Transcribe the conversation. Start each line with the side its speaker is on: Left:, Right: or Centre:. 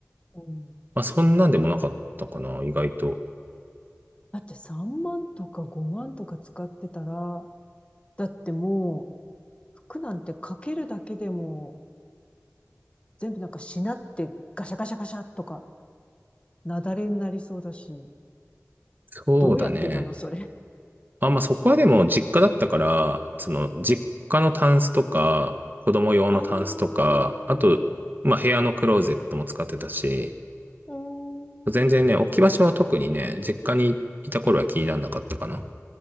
Left: うん。
Right: まあ、そんなんでもなかったかな、意外と。
Left: だって3万とか5万とか使ってたら、だってもう服なんてかけるだけでも全部なんかしなってガシャガシャガシャとか、なだれになりそうだし、
Right: そうだね。
Left: どうやってたのそれ。
Right: あ、まあ、そこはでも実家だったから、その、実家のタンスとか、子供用のタンスとか、
Left: あー
Right: あと、まあ、部屋のクローゼットも使ってたし、
Left: うーん、
Right: 全然ね、
Left: う
Right: 置き場所は特にね、実家にいた頃は気にならなかったかな。